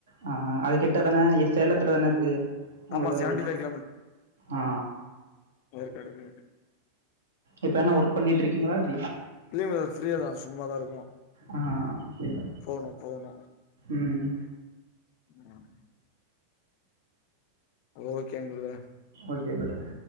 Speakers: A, on the right; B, on the left.
A: ஆ அது கிட்ட தான சேலத்துல தான இருக்கு உங்க
B: ஆமா
A: ஒரு
B: செவன்டி ஃபைவ்
A: ஆ ஆ
B: ஏற்காடுவே
A: இப்ப என்ன ஒர்க் பண்ணிட்டு இருக்கீங்களா எப்டி
B: இல்லைங்க பிரதர் ஃப்ரீயா தா சும்மாதா இருக்கு
A: ஆ புரிது
B: போணு போணு
A: ம்
B: ம் ஓகேங்க ப்ரோ
A: ஓகே பிரதர்